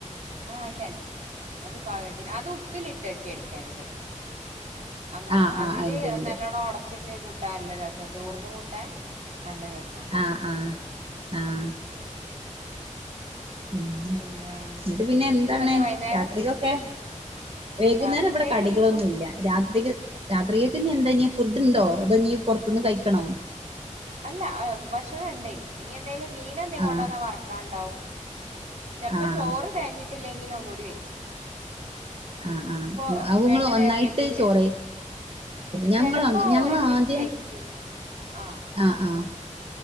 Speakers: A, on the right (about 65°); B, on the right (about 45°).
A: ആഹ അല്ലല്ല ഒരു പാഗത്തിന് അത് ഉപ്പിലിട്ട് വക്കടുക്കാനണ്ട്. അ
B: ആഹ്
A: അതില്
B: ആഹ് ഇണ്ട് ഇണ്ട്
A: നല്ലണ്ണം ഉടച്ചിട്ട് കൂട്ടാ നല്ല രസാ ചോറിന് കൂട്ടാ നല്ല രസാ.
B: ആഹ് ആഹ് ആഹ് ഉ ന്നിട്ട്
A: പിന്നെ
B: പിന്നെ എന്താണ്
A: ഇനിയിപ്പ എന്താ വൈന്നേരം
B: രാത്രികൊക്കെ? വൈകുന്നേരം
A: രാത്രിത്തേക്ക്
B: വിടെ കടികളൊന്നും
A: ഇനിയിപ്പോ
B: ഇല്ല രാത്രിക്ക് രാത്രികൊക്കെ ഇഞ്ഞിന്താ ഇ ഫുഡ് ണ്ടോ അതൊ ഞ്ഞി പുറത്തുന്ന് കഴിക്കണോ?
A: അല്ല ഭക്ഷണം ഉണ്ടനു ഇനിന്താലും മീന എന്തെങ്ക
B: ആഹ്
A: കൊണ്ടോന്നാ വറക്കാണ്ടാവും. ചലപ്പോ
B: ആഹ്
A: ചോറ് തേഞ്ഞിട്ടില്ലെങ്കിലും ഒന്നുകൂടി വെക്കും.
B: ആഹ് ആഹ്
A: പ്പൊ
B: അപ്പൊ ഇങ്ങള്
A: രണ്ടു നേരത്തേക്ക്
B: ഒന്നായിട്ട്
A: കൂടി
B: ചോറ്
A: വെക്കും.
B: ഞങ്ങള്
A: ചെലപ്പോ
B: ഞങ്ങള്
A: ഒരുമിച്ച്
B: ആദ്യം
A: വെക്കൂ ആഹ
B: ആഹ് ആഹ്